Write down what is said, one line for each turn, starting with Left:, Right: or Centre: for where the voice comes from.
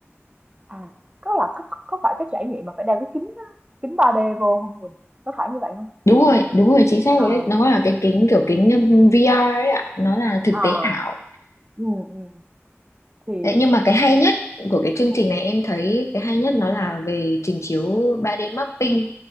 Right: à, có là có có có phải cái trải nghiệm mà phải đeo cái kính á, kính 3D vô không Quỳnh? Có phải như vậy không
Left: Đúng rồi, đúng rồi, chính xác
Right: À,
Left: rồi đấy. Nó là cái kính kiểu kính um, VR ấy ạ, nó là thực
Right: à,
Left: tế ảo.
Right: ừm, ừm, thì
Left: Đấy, nhưng mà cái hay nhất của cái chương
Right: ừm,
Left: trình này em thấy cái hay nhất nó là về trình chiếu 3D mapping